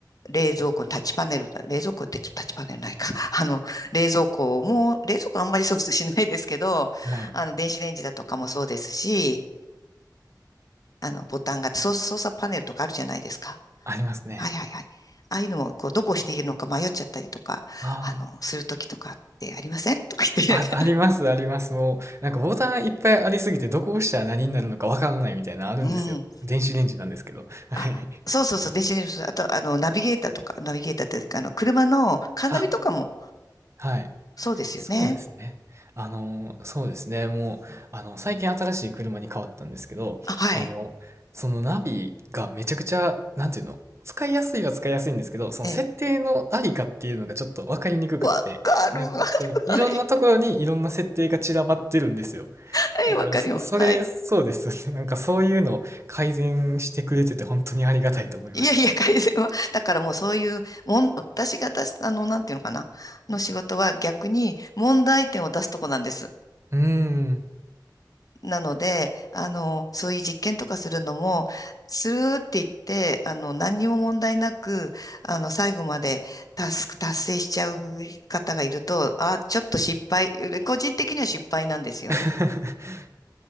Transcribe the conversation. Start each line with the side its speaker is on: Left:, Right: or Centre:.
Left: 冷蔵庫のタッチパネル、冷蔵庫ってちょっとタッチパネルないか。<laughs> あの、冷蔵庫も、冷蔵庫あんまり操作しないですけど、
Right: はい。
Left: あの、電子レンジだとかもそうですし、あの、ボタンが、操操作パネルとかあるじゃないですか。
Right: ありますね。
Left: はいはいはい。ああいうのも、こう、どこをしているのか迷っちゃったりとか、
Right: ああ。
Left: あの、するときとかってありません <laughs> とか言って、
Right: あ、あります、あります。もう、なんかボタンいっぱいありすぎて、どこ押したら何になるのかわからないみたいなのあるんですよ。
Left: <laughs> うん。
Right: 電子レンジなんですけど。はい。
Left: あ、そうそうそう、電子レンジ、あと、あの、ナビゲーターとか、ナビゲーターっていうか、あの、車のカーナビとかも、
Right: あ、はい。
Left: そうですよね。
Right: そうですね。あの、そうですね。もう、あの、最近新しい車に変わったんですけど、
Left: あ、はい。
Right: あの、そのナビがめちゃくちゃ、なんていうの、使いやすいは使いやすいんですけど、その設定のありかっていうのがちょっとわかりにくくって、
Left: ええ。わかる。
Right: なんかこのいろんなところにいろんな設定が散らばってるんですよ。
Left: <laughs> はい。はい、
Right: なんか、
Left: わかります。
Right: そ、それ、
Left: はい。
Right: そうですよね。なんかそういうの改善してくれてて本当にありがたいと思います。
Left: いやいや、改善は。だからもうそういう、もん、私が出す、あの、なんていうのかな、の仕事は逆に問題点を出すとこなんです。
Right: うーん。
Left: なので、あの、そういう実験とかするのも、スルーって言って、あの、何にも問題なく、あの、最後までタスク達成しちゃう方がいると、あ、ちょっと失敗、個人的には失敗なんですよ。
Right: <laughs>